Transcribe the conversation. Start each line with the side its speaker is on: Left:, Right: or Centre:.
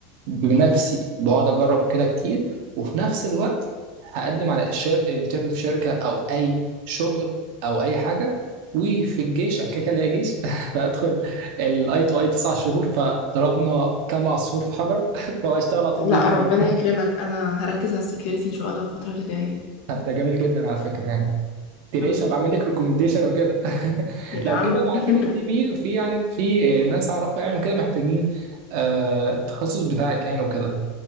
Right: بنفسي بقعد اجرب كده كتير وفي نفس الوقت هقدم على شر... انترن في شركه او اي شغل او اي حاجه وفي الجيش انا كده كده ليا جيش <laughs> فهدخل الاي تو اي تسع شهور فضربنا كام عصفور في حجر <laughs> فهشتغل على طول
Left: لا
Right: باذن
Left: ربنا
Right: الله
Left: يكرمك انا هركز على السكيورتي ان شاء الله الفتره اللي جايه
Right: طب ده جميل جدا على فكره يعني تريش
Left: الحمد لله
Right: هبقى اعمل لك ريكومنديشن وكده <laughs>
Left: يا
Right: لو
Left: عم
Right: كده ابعت لي السي في
Left: <laughs>
Right: في عن في ناس اعرفها يعني كده محتاجين آه، التخصص بتاعك يعني وكده